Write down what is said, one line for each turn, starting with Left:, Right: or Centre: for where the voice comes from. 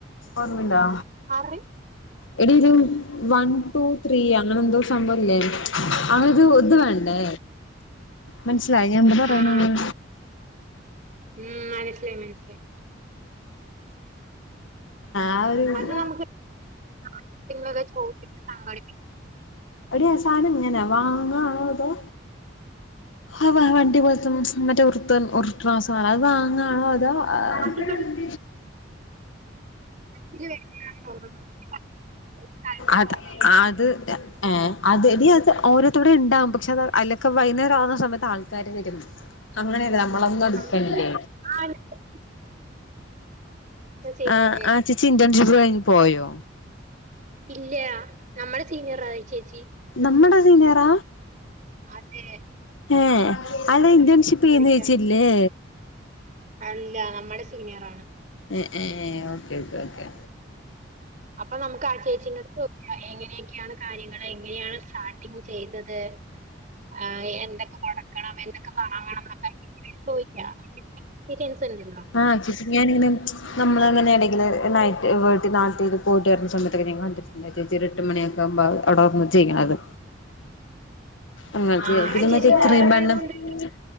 Left: ഓർമ്മയിണ്ടാ?
Right: ഇഫ്താറ്
Left: എടീ ഇത് വൺ ടു ത്രീയാ അങ്ങനെ എന്തോ സംഭവില്ലേ? അങ്ങനൊരു ഇത് വേണ്ടേ? മനസ്സിലായോ ഞാ എന്താ പറയണ്ന്ന്‌?
Right: ആഹ് ഉം മനസ്സിലായി മനസ്സിലായി. ആഹ്
Left: ആ
Right: ആഹ്.
Left: ഒരു
Right: അത് നമ്ക്ക് <unintelligible> ങ്കിലൊക്കെ ചോയിച്ചിട്ട് സംഘടിപ്പി
Left: എടീ ആ സാനം എങ്ങനെയാ വാങ്ങുവാണോ അതോ? ആ വണ്ടി പോലത്തെ മറ്റെ ഉരുത്ത ഉരുട്ടണ സാധനം അത് വാങ്ങാ ആഹ് അതാ ആഹ്
Right: അത് ഇവിടെ ഇതിന് വേണ്ടിയാണെന്ന് തോന്നുന്നു ഒരു സ്ഥലത്ത്
Left: അത
Right: കുറവായിരുന്നു
Left: ആത് ഏഹ് അത് എടീ അത് അവരൊക്കിവിടെ ഇണ്ടാവും. പക്ഷെ അത് അയിലൊക്കെ വൈകുന്നേരാവ സമയത്ത് ആൾക്കാര് വരും അങ്ങനെയല്ല, നമ്മളൊന്നട്ക്കണ്ടേ?
Right: നമുക്ക് ആഹ് ഇപ്പൊ ചെയ്യ്ന്ന്
Left: ആഹ് ചേച്ചി ഇന്റേൺഷിപ്പ് കഴിഞ്ഞ് പോയോ?
Right: ഇല്ലാ. നമ്മടെ സീനിയറാ ഈ ചേച്ചി.
Left: നമ്മട സീനിയറാ?
Right: അതേ.
Left: ഏഹ്? അവിടെ ഇന്റേൺഷിപ്പ് ചെയ്യ്ന്ന
Right: ചോദിക്കാം
Left: ചേച്ചിയല്ലേ?
Right: അല്ല നമ്മടെ സീനിയറാണ്.
Left: ഏഹ് ഏഹ് ഓക്കേ ഓക്കേ ഓക്കെ.
Right: അപ്പ നമുക്ക് ആ ചേച്ചിന്റടുത്ത് ചോയ്ക്ക എങ്ങനെയൊക്കെയാണ് കാര്യങ്ങള് എങ്ങനെയാണ് സ്റ്റാർട്ടിങ് ചെയ്തത് ആ എ എന്തൊക്കെ കൊടുക്കണം എന്തൊക്കെ വാങ്ങണന്നൊക്കെ ചോദിക്ക എക്സ്പീരിയൻസ് ണ്ടല്ലോ.
Left: ആഹ് ചേച്ചി ഞാനിങ്ങനെ, നമ്മളങ്ങനെ ഏടെങ്കില് ആയിട്ട് നാട്ടില് പോയിട്ട് വരുന്ന സമയത്തൊക്കെ ഞൻ കണ്ടി ണ്ടാ ചേച്ചി ഒരു എട്ട് മണിയൊക്കെയാകുമ്പ അവിടെ വന്നു ചെയ്യാലോ അങ്ങനെക്കെ,
Right: ആ
Left: പിന്നെ
Right: ആ ചേച്ചിക്ക്
Left: മറ്റേ <unintelligible>
Right: വേറെ കഴിവുണ്ട്